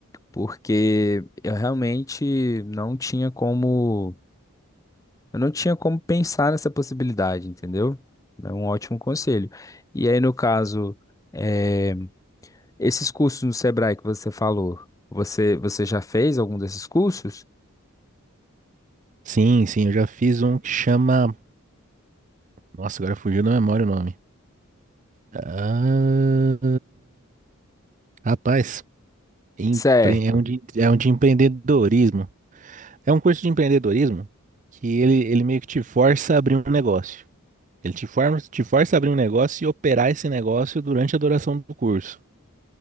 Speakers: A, on the left; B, on the right.
A: porque eu realmente não tinha como, eu não tinha como pensar nessa possibilidade, entendeu? É um ótimo conselho. E aí, no caso, eh, esses cursos no Sebrae que você falou, você, você já fez algum desses cursos?
B: Sim, sim, eu já fiz um que chama. Nossa, agora fugiu da memória o nome. Ah, rapaz, empre-
A: Certo.
B: é um de, é um de empreendedorismo. É um curso de empreendedorismo que ele, ele meio que te força a abrir um negócio. Ele te forma, te força a abrir um negócio e operar esse negócio durante a duração do curso.